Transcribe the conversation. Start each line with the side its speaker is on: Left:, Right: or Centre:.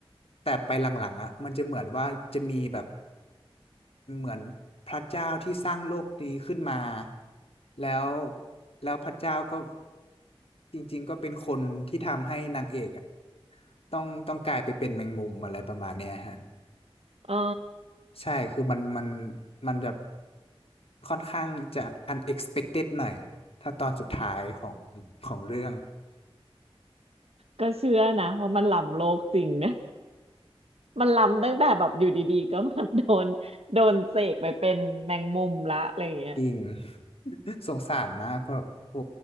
Left: แต่ไปหลังๆอ่ะมันจะเหมือนว่าจะมีแบบ เหมือนพระเจ้าที่สร้างโลกนี้ขึ้นมาแล้วแล้วพระเจ้าก็จริงๆก็เป็นคนที่ทำให้นางเอกอะต้องต้องกลายไปเป็นแมงมุมอะไรประมาณเนี้ยฮะ
Right: อ๋อ
Left: ใช่คือมันมันมันจะค่อนข้างจะ unexpected หน่อยถ้าตอนสุดท้ายของของเรื่อง
Right: ก็เชื่อนะว่ามันล้ำโลกจริงนะ มันล้ำตั้งแต่แบบอยู่ดีๆก็แบบโดนโดนเสกไปเป็นแมงมุมละอะไรอย่างเงี้ย
Left: จริง <laughs> สงสารมากแบบโอ้